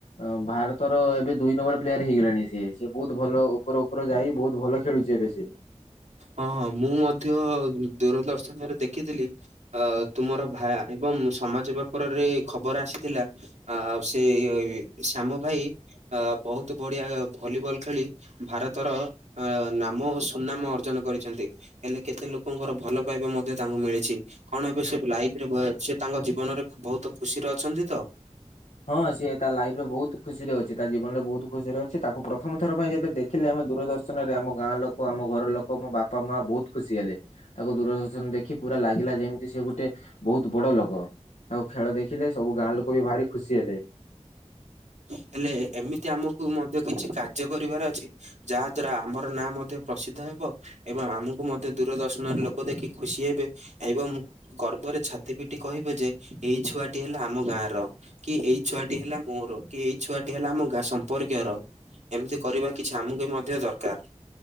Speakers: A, on the left (about 90°); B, on the right (about 75°).
A: ଅ ଭାରତର ଏବେ ଦୁଇ ନମ୍ବର ପ୍ଲେୟାର ହେଇଗଲାଣି ସିଏ। ସିଏ ବହୁତ ଭଲ ଉପର ଉପର ଯାଇ, ବହୁତ ଭଲ ଖେ ଖେଳୁଛି ଏବେ ସେ।
B: ହଁ, ହଁ, ମୁଁ ମଧ୍ୟ ଦୂରଦର୍ଶନରେ ଦେଖିଥିଲି। ଅ ତୁମର ଭା ଏବଂ ସମାଜ ପେପରରେ ଖବର ଆସିଥିଲା। ଆଉ, ସେ-ଏ ଶ୍ୟାମ ଭାଇ ଆ ବହୁତ ବଢିଆ ଭଲିବଲ୍ ଖେଳି ଭାରତର-ଅ ନାମ ଓ ସୁନାମ ଅର୍ଜନ କରିଛନ୍ତି। ହେଲେ କେତେ ଲୋକଙ୍କର ଭଲ ପାଇବା ମଧ୍ୟ ତାଙ୍କୁ ମିଳିଛି। କଣ ଏବେ ସେ ଲାଇଫ୍ ରେ ବ, ସେ ତାଙ୍କ ଜୀବନରେ ବହୁତ ଖୁସିରେ ଅଛନ୍ତି ତ!
A: ହଁ, ସିଏ ତା ଲାଇଫ୍ ରେ ବହୁତ ଖୁସି ରେ ଅଛି। ତା ଜୀବନ ଲେ ବହୁତ ଖୁସିରେ ଅଛି। ତାକୁ ପ୍ରଥମ ଥର ପାଇଁ ଯେତ୍ ଏବେ ଦେଖିଲେ, ଆମେ ଦୂରଦର୍ଶନରେ ଆମ ଗାଁ ଲୋକ ଆମ ଘର ଲୋକ ମ ବାପା ମାଁ ବହୁତ ଖୁସି ହେଲେ। ତାକୁ ଦୂରଦର୍ଶନ ଦେଖି ପୁରା ଲାଗିଲା ଯେମିତି ସେ ଗୁଟେ, ବହୁତ ବଡ ଲୋଗ। ଆଉ ଖେଳ ଦେଖିଲେ। ସବୁ ଗାଁ ଲୋକ ବି ଭାରି ଖୁସି ହେଲେ।
B: ହେଲେ ଏମିତି ଆମକୁ ମଧ୍ୟ କିଛି କାର୍ଯ୍ୟ କରିବାର ଅଛି ଯାହା ଦ୍ଵାରା, ଆମର ନାଁ ମଧ୍ୟ ପ୍ରସିଦ୍ଧ ହେବ। ଏବଂ ଆମକୁ ମଧ୍ୟ ଦୂରଦର୍ଶନରେ ଲୋକ ଦେଖି ଖୁସି ହେବେ ଏବଂ ଗର୍ବରେ ଛାତି ପିଟି କହିବେ ଯେ, ଏଇ ଛୁଆଟି ହେଲା ଆମ ଗାଁର। କି ଏଇ ଛୁଆଟି ହେଲା ମୋର। କି ଏଇ ଛୁଆଟି ହେଲା ଆମ ଗାଁ ସମ୍ପର୍କୀୟର, ଏମିତି କରିବା କିଛି ଆମକୁ ବି ମଧ୍ୟ ଦରକାର।